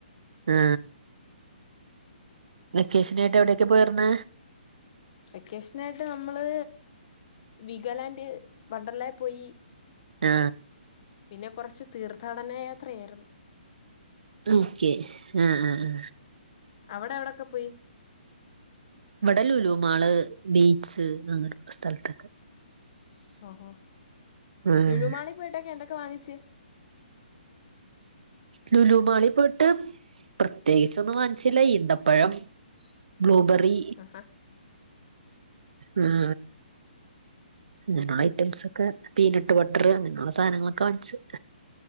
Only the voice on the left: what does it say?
വെക്കേഷന ആയിട്ട് നമ്മള് വിഗാലാൻഡ് വണ്ടർലായി പോയി
പിന്നെ കുറച്ച് തീർത്ഥാടന യാത്രയായിരുന്നു
അവിടെ എവിവിടെക്കപോയി
ഹോ
ലുലുമാളി പോയിട്ടക്കെ എന്തൊക്കെ വാങ്ങിച്ച്
ആഹാ